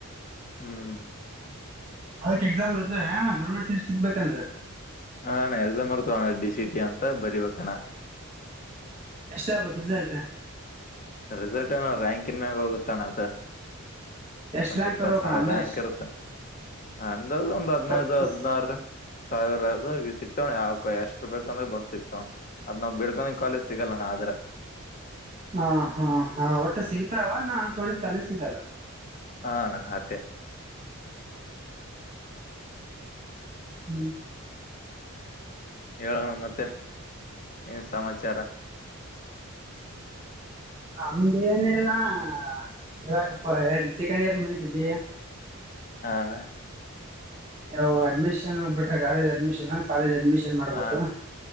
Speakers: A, on the left; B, on the right.
A: ಹ್ಮ್
B: ಅದಕ್ ಎಕ್ಸಾಮ್ ಇತರ್ದೆನಣ್ಣ ಗೌರ್ಮೆಂಟ್ ಸಿಟ ಸಿಗ್ಬೇಕೇಕಂದ್ರ
A: ಹಾ ಅಣ್ಣ ಎಕ್ಸಾಮ್ ಇರ್ತವಣ್ಣ ಡಿ ಸಿಟಿ ಅಂತ ಬರಿಬೇಕಣ್ಣ
B: ಎಷ್ಟ ಆಗಬೇಕ ರಿಸಲ್ಟ್
A: ರಿಸಲ್ಟ್ ರಾಂಕಿಂನ ಮ್ಯಾಗ ಹೋಗುತ್ತಣ್ಣ ಅದು
B: ಎಷ್ಟ್
A: ಒಂದ್
B: ರ್ಯಾಂಕ್
A: ಇಪ್ಪತ್
B: ಬರ್ಬೇಕಣ್ಣ
A: ಸಾವಿರ
B: ಅಂದಾಜ್
A: ರ‍್ಯಾಂಕ್ ಇರುತ್ತ ಅಂದಾಜು ಒಂದು ಹದನೈದು
B: ಇಪ್ಪತ್ತು
A: ಹದಿನಾರು ಸಾವಿರ ಸಿಕ್ತಾವ್ ಯಾವ ಎಷ್ಟ ರ ಬೇಕ ಅಂದ್ರ ಬಂದ ಸಿಕ್ತವಣ್ಣ ಅದ್ ನಾವ್ ಬಿಡ್ಕೊಂಡಿಂಗ ಕಾಲೇಜ್ ಸಿಗಲ್ಲಣ ಆದ್ರ
B: ಹ ಹಾ ಹ ಒಟ್ಟು ಸಿಗ್ತಾವ ನಾ ಅನ್ಕೊಂಡಿದ ಕಾಲೇಜ್ ಸಿಗಲ್ಲ
A: ಹಾ ಅಣ್ಣ ಅಟೆ
B: ಹ್ಮ್
A: ಹೇಳ ಅಣ್ಣ ಮತ್ತೆ ಏನ್ ಸಮಾಚಾರ
B: ನಮ್ದೇನ ಇಲ್ಲಣ ಇವಾಗ ಸೆಕೆಂಡ್ ಇಯರ್ ಮುಗಿತ್ ಬಿ ಎ
A: ಹಾ ಅಣ್ಣ
B: ಅವು ಅಡ್ಮಿಷನ್ ಬಿಟ್ರ ಕಾಲಜ್ ಅಡ್ಮಿಷನ್ ಕಾಲೇಜ್ ಅಡ್ಮಿಷನ್ ಮಾಡ್ಬೇಕು
A: ಹಾ ಅಣ್ಣ